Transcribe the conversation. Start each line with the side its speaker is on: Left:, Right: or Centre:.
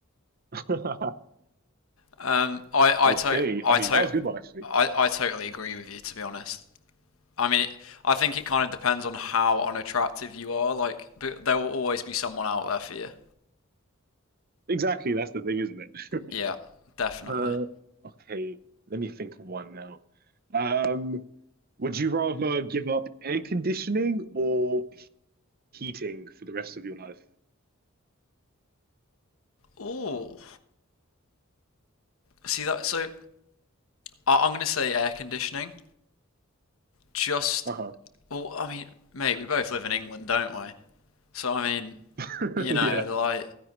Right: genius.
Left: Um
Right: <laughs>
Left: I
Right: okay,
Left: I to I
Right: I mean
Left: to
Right: that was a good one actually.
Left: I, I totally agree with you to be honest. I mean, it, I think it kind of depends on how unattractive you are. Like, but there will always be someone out there for you.
Right: Exactly, that's the thing, isn't it?
Left: Yeah, definitely.
Right: Uh, okay, let me think of one now. Um, would you rather give up air conditioning or heating for the rest of your life?
Left: Ooh, see that? So I, I'm gonna say air conditioning. Just,
Right: Uh-huh.
Left: well, I mean, mate, we both live in England, don't we? So I mean,
Right: <laughs>
Left: you know,
Right: Yeah.
Left: like,